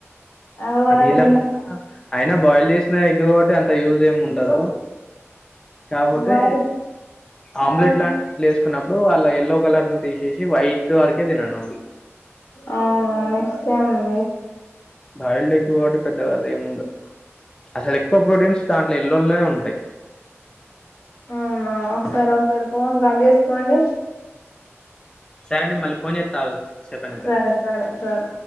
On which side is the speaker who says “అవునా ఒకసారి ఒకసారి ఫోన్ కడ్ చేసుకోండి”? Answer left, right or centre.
Left